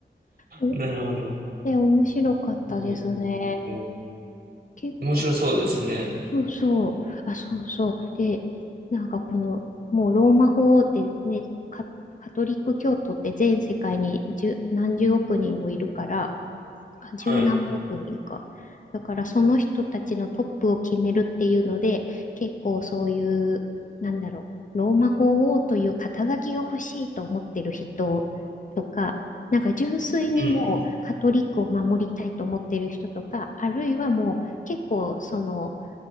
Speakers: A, on the left; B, on the right.
A: う。
B: なるほど。
A: で、面白かったですね。
B: えー、
A: 結構、
B: 面白そうですね。
A: そうそう。あ、そうそう。で、なんかこの、もうローマ法王ってね、カ、カトリック教徒って全世界に十、何十億人もいるから、あ、
B: はい。
A: 十何億人か。だからその人たちのトップを決めるっていうので、結構そういう、なんだろう、ローマ法王という肩書きが欲しいと思ってる人とか、なんか純粋にもうカトリックを守りたいと思ってる人とか、
B: うん。
A: あるいはもう結構その、